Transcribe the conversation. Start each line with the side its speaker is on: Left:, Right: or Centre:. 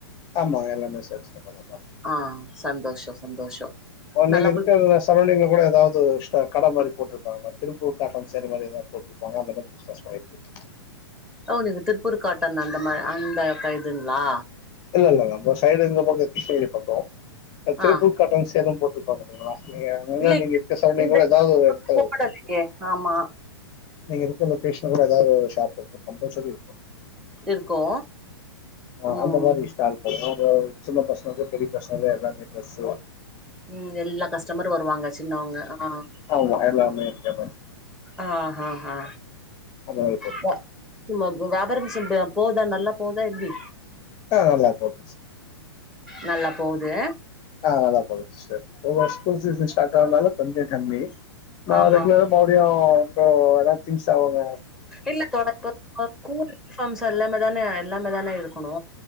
Left: ஆமா எல்லாமே சேல்ஸ் பண்றதாப்பா
Centre: ஆ சந்தோஷோ சந்தோஷோ
Left: ஓ நீங்க
Centre: நல்லா
Left: இருக்கற்து
Centre: போய்
Left: சரௌண்டிங்ல கூட எதாவ்து ஒரு ஸ்டா கட மாரி போட்ருப்பாங்க திருப்பூர் காட்டன் சேல் மாரி எதாத் போட்ருப்பாங்க அந்த மாரி பிஸ் னஸ் பண்ணிட்ருக்கே
Centre: ஓ நீங்க திருப்பூர் காட்டன் அந்த மார அந்த க இதுங்ளா
Left: இல்லல்லங்க நம்ப சைடு இந்த பக்கோ கிருஷ்ணகிரி பக்கோ அ திருப்பூர்
Centre: ஆ
Left: காட்டன் சேல்னு போட்ருப்பாங்க பாத்தீங்களா நீங்க பொதுவா
Centre: இல்ல
Left: நீங்க இருக்க சரௌண்டிங்ல
Centre: இந்த
Left: கூட
Centre: இந்த
Left: எதாவ்து ஒரு எடத்துல
Centre: போடலையே
Left: இருக்கு
Centre: ஆமா
Left: நீங்க இருக்க லொக்கேஷன்ல கூட எதாவ்து ஷாப் இருக்கு கம்பல்சரி இருக்கு
Centre: இருக்கு
Left: ஆ
Centre: ம்
Left: அந்த மாரி ஸ்டால் கெடையாது சின்ன பசங்க பெரிய பசங்க எல்லாமே பிளஸ்சு
Centre: ம் எல்லா கஸ்டமரு வருவாங்க சின்னவங்க ஆ
Left: ஆமா எல்லாமே இருக்கத ன்
Centre: ஆ ஹா ஹா
Left: அந்த மாரி போட்ருக்கோ
Centre: த வியாபார மிஷன்போதா நல்லா போதா எப்டி
Left: ஆ நல்லா போது
Centre: நல்லா போது
Left: ஆ நல்லா போதுங் சிஸ்டர் இல்ல ஸ்கூல் சீசன் ஸ்டார்ட் ஆனதால கொஞ்சோ கம்மி நா
Centre: ஆமா
Left: ரெகுலரா மறுபடியு இப்போ எதுனா திங்ஸ் அவுங்க
Centre: இல்ல தோழா ஸ்கூல் யூனிஃபார்ம்ஸ் எல்லாமே தான எல்லாமே தான இருக்கணு